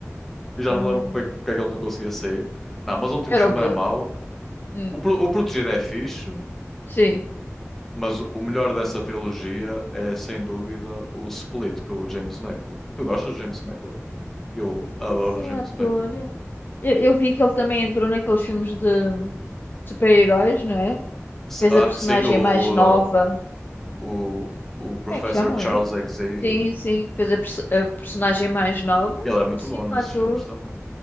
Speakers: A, in the centre; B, on the left.
A: E já
B: hum,
A: não me lembro porque, é que porque é que ele não conseguia sair. Não, mas o último
B: era
A: filme
B: o medo.
A: é mau.
B: Hum,
A: O, Pro- o Protegido é fixe.
B: sim.
A: Mas o o melhor dessa trilogia é, sem dúvida, o Split com o James McAvoy. Tu gostas do James McAvoy? Eu adoro
B: Era assim
A: o James
B: o ator.
A: McAvoy.
B: Eu, eu vi que ele também entrou naqueles filmes de super-heróis, não é?
A: S-
B: Fez
A: ah,
B: a personagem
A: Sim, o,
B: mais nova.
A: ah, o, o Professor
B: Como é que chamam
A: Charles
B: esse?
A: Xavier.
B: Sim, sim. Fez a, perso- a personagem mais nova.
A: Ele é muito
B: Sim,
A: bom nesses
B: o ator.
A: filmes também.